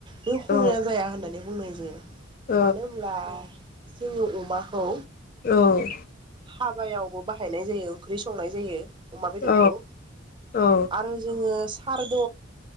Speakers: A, on the right; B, on the left.
A: बे खङाया
B: औ
A: जाया होननानै बुंनाय <unintelligible>
B: औ
A: मानो होमब्ला जोङो अमा औ
B: औ
A: हाबायावबो बाहायनाय जायो ओंख्रि संनाय जायो। अमा बेदरखौ
B: औ औ
A: आरो जोङो सारद'